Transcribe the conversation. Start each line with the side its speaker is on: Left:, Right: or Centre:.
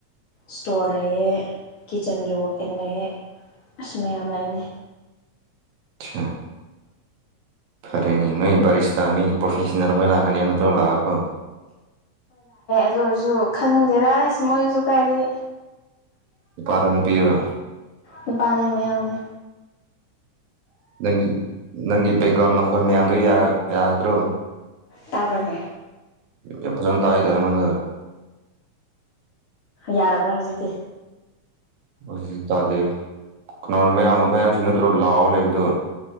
Left: ꯁ꯭ꯇꯣꯔ ꯂꯩꯑꯦ ꯀꯤꯠꯆꯟꯒꯤ ꯋ ꯢꯟ ꯂꯩꯑꯦ ꯑꯁ ꯃꯌꯥꯝ ꯂꯩꯕꯅꯦ
Right: ꯑ ꯐꯔꯦꯅꯦ ꯅꯣꯏ ꯕꯔꯤꯁꯇꯃꯤ ꯄ꯭ꯔꯐꯦꯁꯅꯦꯜ ꯍꯣꯏ ꯂꯥꯛ ꯀꯅꯤꯍꯥꯏꯕꯗꯣ ꯂꯥꯛꯑꯕꯣ
Left: ꯑꯗꯨꯑꯣꯏꯔꯁꯨ ꯈꯪꯗꯦꯗ ꯑꯁ ꯃꯣꯏꯖꯨ ꯀꯥꯏꯗꯒꯤ
Right: ꯅꯨꯄꯥꯔꯣ ꯅꯨꯄꯤꯔꯣ
Left: ꯅꯨꯄꯥꯅꯦ ꯃꯌꯥꯡꯅꯦ
Right: ꯅꯪꯒꯤ ꯅꯪꯒꯤ ꯕꯦꯛꯒ꯭ꯔꯥꯎꯟ ꯃꯈꯣꯏ ꯃꯌꯥꯝꯗꯣ ꯌꯥ ꯌꯥꯒꯗ꯭ꯔꯣ
Left: ꯇꯥꯕ꯭ꯔꯅꯦ
Right: ꯌꯥꯝ ꯐꯖꯅ ꯇꯥꯏꯗ ꯑꯩꯉꯣꯟꯗ
Left: ꯌꯥꯔꯕ꯭ꯔ ꯍꯧꯖꯤꯛꯇꯤ
Right: <unintelligible> ꯗꯤ ꯇꯥꯗꯦ ꯀꯅꯥꯅꯣ ꯃꯌꯥꯡ ꯃꯌꯥꯡꯁꯤꯡ ꯅꯠꯇ꯭ꯔꯣ ꯂꯥꯎꯔ ꯂꯩꯕꯗꯨ